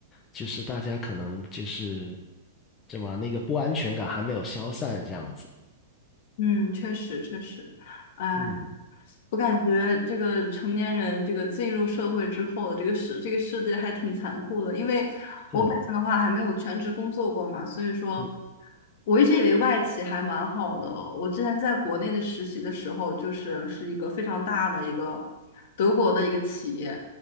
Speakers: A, on the left (about 25°); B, on the left (about 55°).
A: 就是大家可能就是怎么啊那个不安全感还没有消散这样子，
B: 嗯，确实确实，哎，
A: 嗯，
B: 我感觉这个成年人这个进入社会之后的这个世这个世界还挺残酷的，因为我本身的话还没有全职工作过嘛，
A: 是，
B: 所以说
A: 嗯
B: 我一直以为外企还蛮好的。我之前在国内的实习的时候，就是是一个非常大的一个德国的一个企业